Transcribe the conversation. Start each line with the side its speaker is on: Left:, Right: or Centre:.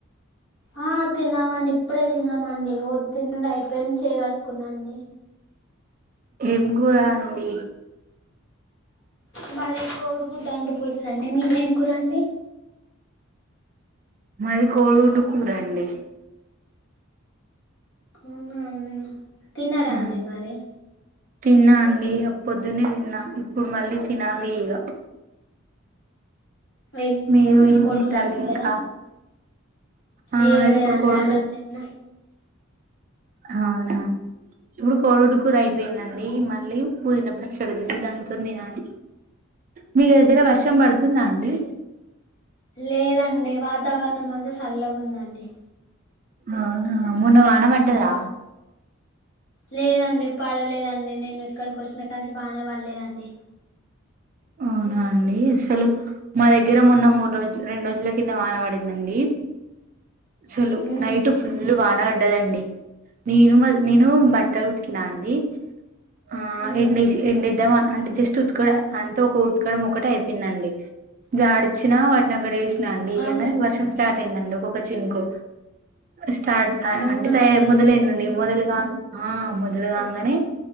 Left: ఆ తిన్నామండి ఇప్పుడే తిన్నామండి ఓ తినుడూ అయిపోయింది చెయ్ కడుక్కున్నన్నాండి
Right: ఏం కూర అండి
Left: మాది కోడిగుడ్డు అండ పులుసు అండి మీది ఎం కూరండి
Right: మది కోడిగుడు కూర అండి
Left: అవునాండి తిన్నారా
Right: ఆ
Left: అండి మరి
Right: తిన్నా అండి ఆ పొద్దునే తిన్నా ఇప్పుడు మళ్ళీ తినాలి ఇగ
Left: ఏం
Right: మీరు ఏం
Left: కోడిగుడ్డు
Right: చేత్తాళ్లు
Left: అన్నారు
Right: ఇంకా
Left: కదా
Right: ఆ
Left: ఏం లేదండి
Right: ఇప్పుడు కోడిగుడ్డు
Left: అన్నం తిన్నా
Right: అవునా ఇప్పుడు కోడిగుడ్డు కూర అయిపోయింది నంది మళ్ళీ పుదీనా పచ్చడి ఉంది దానితో తినాలి మీ దగ్గర వర్షం పడుతుందా అండి
Left: లేదండి వాతావరణం అంతా చల్లగుదండి
Right: అవునా మొన్న వాన పడ్డదా
Left: లేదండి పడలేదండి నేను ఇక్కడికి వచ్చినకంచి వాన పల్లె అండి
Right: అవునా అండి అసలు మా దగ్గర మొన్న మూడు రోజులు రెండు రోజుల కింద వాన పడిందండి అసలు
Left: ఉమ్
Right: నైట్ ఫుల్ వాన పడ్డదండి నేను మా నేను బట్టలు ఉతికి కినా అండి ఆ
Left: ఉమ్
Right: ఎ ఎడిద్దాం అంటే జస్ట్ ఉత్కక అంటే ఒక ఊత్కడ ఒక్కటే అయిపోయిందండి జాడిచిన వాటి అక్కడ వేసినా అండి వేయంగానే
Left: అవును
Right: వర్షం స్టార్ట్ అయిందండి ఒక్కొక్క చినుకు స్టార్ట్
Left: అవునా
Right: అంటే తయ
Left: అండి
Right: మొదలేనుండి మొదలుగా ఆ మొదలు కాగానే